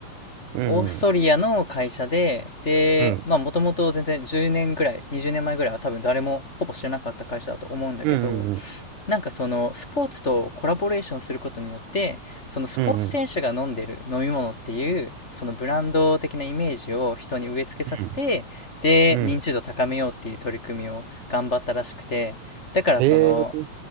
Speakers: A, on the right; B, on the left.
A: うんうん。
B: オーストリアの会社で、で、
A: うん。
B: まあもともと全然10年ぐらい、20年前ぐらいは多分誰もほぼ知らなかった会社だと思うんだけど、
A: うんうんうん。
B: なんかそのスポーツとコラボレーションすることによって、そのスポーツ選手が飲んでる飲み物っていう、
A: うんうん
B: そのブランド的なイメージを人に植え付けさせて、
A: うん。
B: で、
A: うん。
B: 認知度高めようっていう取り組みを頑張ったらしくて、だからその、
A: へえ。